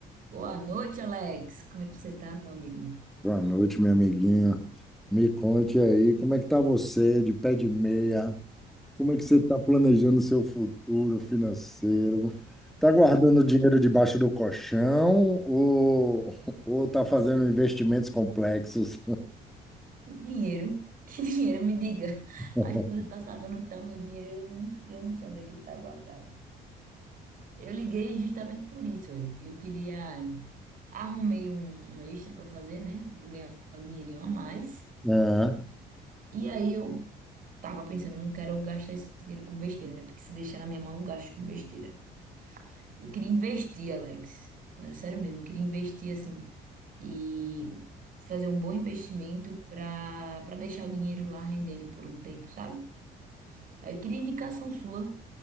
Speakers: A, on the right; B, in the centre.
A: Boa noite, Alex. Como é que você tá, meu amigo?
B: Boa noite, minha amiguinha. Me conte aí, como é que tá você de pé de meia? Como é que você está planejando seu futuro financeiro? Tá guardando dinheiro debaixo do colchão ou <laughs> ou tá fazendo investimentos complexos?
A: Que dinheiro? Que <laughs> dinheiro? Me diga.
B: <laughs>
A: Acho que você tá sabendo onde tá o meu dinheiro e eu não, eu não sei onde é que ele tá guardado. Eu liguei justamente por isso. Eu, eu queria... Arrumei um, um extra pra fazer, né? Vou ganhar um dinheirinho a mais.
B: É.
A: E aí eu tava pensando, eu não quero gastar esse dinheiro com besteira, né? Porque se deixar na minha mão, eu gasto com besteira. Eu queria investir, Alex. Agora, sério mesmo, eu queria investir, assim... e fazer um bom investimento para para deixar o dinheiro lá rendendo por um tempo, sabe? Aí Eu queria indicação sua.